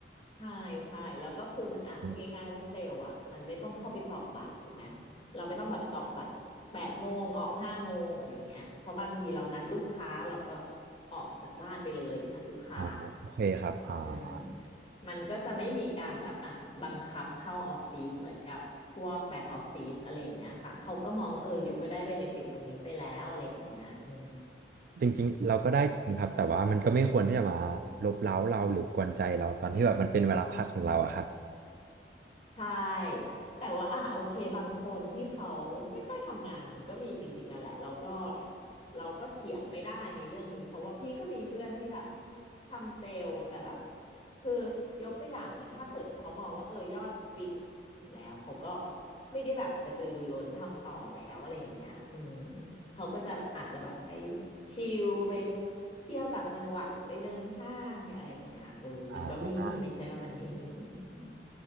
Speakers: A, on the left; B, on the right.
A: ใช่ใช่แล้วก็คือเหมือนอ่ะพูดง่ายๆว่าเซลล์อ่ะมันไม่ต้องเข้าไปตอกบัตรถูกไหม
B: อม
A: เราไม่ต้องแบบตอกบัตรแปดโมงออกห้าโมงอะไรอย่างเงี้ยเพราะบางทีเรานัดลูกค้าเราก็ออกจากบ้านไปเลยไปหาลูกค้า
B: อ่าโอเคครับอ่า
A: อืมมันก็จะไม่มีการแบบอ่ะบังคับเข้าออฟฟิศเหมือนกับพวกแบ็กออฟฟิศอะไรอย่างเงี้ยค่ะเขาก็มองว่าเอออยู่ก็ได้เบเนฟิตตรงนี้ไปแล้วอะไรอย่างเงี้ยอืม
B: จริงๆ เราก็ได้จริงครับแต่ว่ามันก็ไม่ควรที่จะมาลบเร้าเราหรือกวนใจเราตอนที่แบบมันเป็นเวลาพักของเราอะครับ
A: ใช่แต่ว่าอ่ะโอเคบางคนที่เขาไม่ค่อยทำงานมันก็มีจริงๆนั่นแหละเราก็เราก็เถียงไม่ได้ในเรื่องนี้เพราะว่าพี่ก็มีเพื่อนที่แบบทำเซลล์แต่แบบคือยกตัวอย่างเหมือนถ้าเกิดเขามองว่าเออยอดวิกถึงแล้วเขาก็ไม่ได้แบบกระตือรือร้นทำต่อแล้วอะไรอย่างเงี้ยอืมเขาก็จะอาจจะแบบไปชิลไปเที่ยวต่างจังหวัดหรือไปเดินห้างไปอะไรอย่างเงี้ยเออมันก็มีไม่ใช่ว่ามันไม่มีอืม
B: อ่า